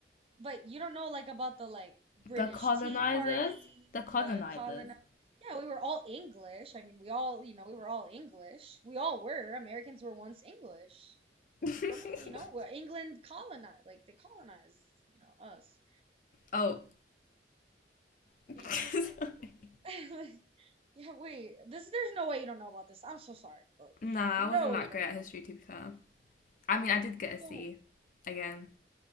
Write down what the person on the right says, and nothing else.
But you don't know like about the like British
Tea Party,
the colon. Yeah, we were all English. I mean, we all, you know, we were all English. We all were. Americans were once English.
For me, you know, we're- England colonized, like they colonized, you know, us.
You
get what I'm saying? <laughs> Like, yeah, wait. This there's no way you don't know about this. I'm so sorry, but like,
there's no
way you don't
know
about
this.
So,